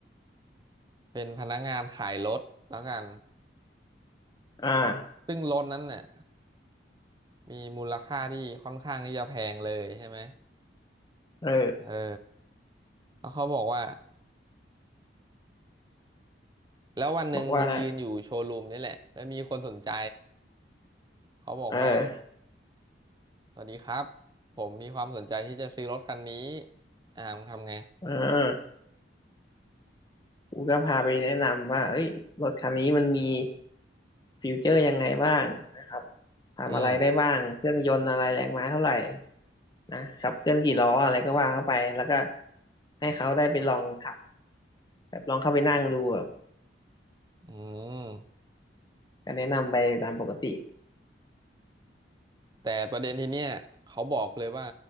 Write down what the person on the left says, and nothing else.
อ่า
เออ
บอกว่าอะไร
เออ
เอ่ากูก็พาไปแนะนำว่าเอ้ยรถคันนี้มันมีฟิวเจอร์ยังไงบ้างนะครับ ทำอะไรได้บ้าง
เครื่องยนต์อะไรแรงม้าเท่าไหร่นะขับเคลื่อนกี่ล้ออะไรก็ว่าเข้าไป แล้วก็ให้เขาได้ไปลองขับ แบบลองเข้าไปนั่งดูแบบ
ก็แนะนำไปตามปกติ